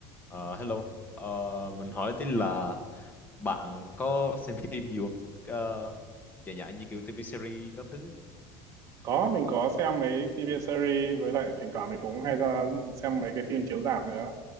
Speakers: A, on the left; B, on the right.
A: Ờ, hello, Ờ, mình hỏi tí là bạn có xem phim nhiều không? Ờ, Dạng dạng như kiểu TV series các thứ.
B: Có, mình có xem mấy TV series với lại thỉnh thoảng mình cũng hay ra xem mấy cái phim chiếu rạp nữa.